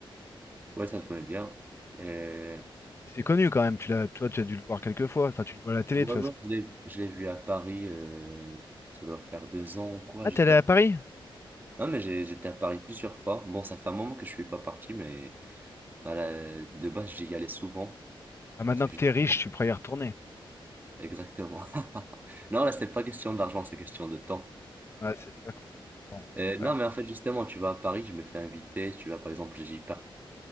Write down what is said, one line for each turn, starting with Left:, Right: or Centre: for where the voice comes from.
Right: Ouais, ça, je connais bien. Euh,
Left: Et c'est connu quand même, tu l'as, toi tu as dû le voir quelques fois, enfin tu le vois à la télé
Right: ouais,
Left: de toute
Right: ouais,
Left: façon.
Right: je l'ai je l'ai vu à Paris, euh, ça doit faire deux ans ou quoi,
Left: Ah,
Right: j'étais
Left: t'es allé à
Right: à Paris.
Left: Paris?
Right: Non, mais j'ai- j'étais à Paris plusieurs fois. Bon, ça fait un moment que je suis pas parti, mais voilà, de base, j'y allais souvent,
Left: Ah, maintenant
Right: parce que
Left: que t'es
Right: justement,
Left: riche, tu pourras y retourner.
Right: exactement. <laughs> Non, là, c'est pas question d'argent, c'est question de temps.
Left: Ah, c'est sûr qu'il faut... bon,
Right: Euh,
Left: c'est vrai.
Right: non,
Left: hein.
Right: mais en fait, justement, tu vas à Paris, je me fais inviter, tu vas, par exemple, j'y partais